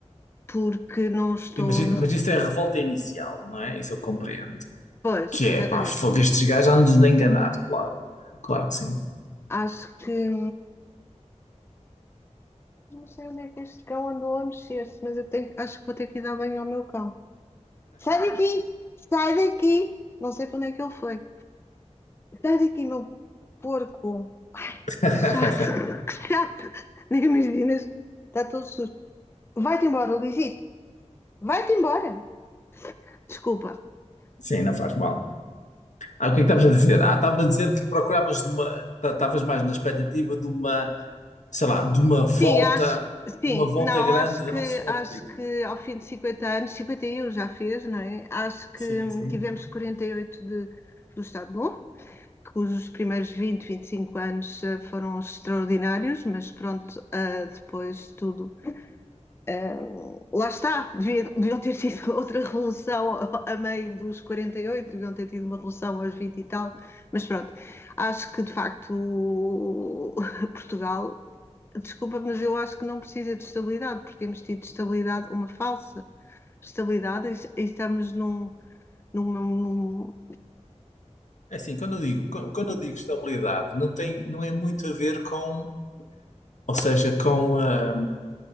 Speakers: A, on the left (about 20°); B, on the left (about 80°).
A: porque não estou.
B: Mas, i- mas isso é a revolta inicial, não é? Isso eu compreendo.
A: Pois,
B: Que é,
A: exatamente.
B: pá, fogo, estes gajos andam-nos a enganar, claro. Claro que sim.
A: Acho que. Não sei onde é que este cão andou a mexer-se, mas eu tenho... acho que vou ter que ir dar banho ao meu cão. Sai daqui! Sai daqui! Não sei para onde é que ele foi. Sai daqui, meu porco! Ai,
B: <laughs>
A: que chato! <laughs> Que chato! Nem imaginas. Está todo sujo. Vai-te embora, Lisito. Vai-te embora. Desculpa.
B: Sim, não faz mal. Ah, o que é que estavas a dizer? Ah, estavas a dizer que procuravas de uma, ta- estavas mais na expectativa de uma, sei lá, de uma volta,
A: Sim, acho, sim,
B: uma volta
A: não,
B: grande
A: acho que,
B: ao sistema
A: acho
B: político.
A: que ao fim de 50 anos, 51 já fez, não é? Acho que
B: Sim,
A: hum,
B: sim.
A: tivemos 48 de, do Estado Novo, cujos primeiros vinte, vinte e cinco anos eh, foram extraordinários, mas pronto, ah, depois tudo. ah, lá está, devia- deviam ter tido <laughs> outra revolução a a meio dos 48, deviam ter tido uma revolução aos 20 e tal, mas pronto, acho que de facto o- <laughs> Portugal desculpa, mas eu acho que não precisa de estabilidade, porque temos tido estabilidade, uma falsa estabilidade, e, e estamos num. num, num-
B: É Assim, quando eu digo, quando eu digo estabilidade, não tem, não é muito a ver com, ou seja, com ah,